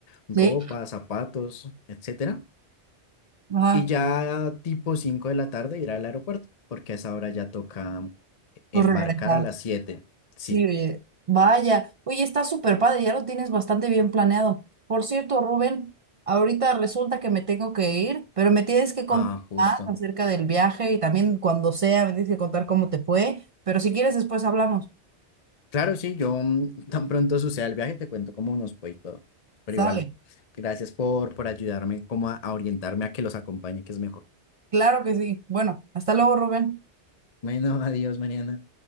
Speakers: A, on the left; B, on the right.
A: ropa,
B: Sí.
A: zapatos, etcétera.
B: Ajá,
A: Y ya tipo 5 de la tarde ir al aeropuerto, porque a esa hora ya toca Embarcar
B: pues regresar.
A: a las siete, Sí.
B: Sí, oye, vaya. Oye, está súper padre, ya lo tienes bastante bien planeado. Por cierto, Rubén, ahorita resulta que me tengo que ir, pero me tienes que contar
A: Ah, justo.
B: acerca del viaje y también cuando sea, me tienes que contar cómo te fue. Pero si quieres, después hablamos.
A: Claro, sí, yo mm, <laughs> tan pronto suceda el viaje te cuento cómo nos fue y todo. Pero
B: Sale.
A: igual, gracias por, por ayudarme como a, a orientarme a que los acompañe, que es mejor.
B: Claro que sí. Bueno, hasta luego, Rubén.
A: Bueno, <laughs> adiós, Mariana.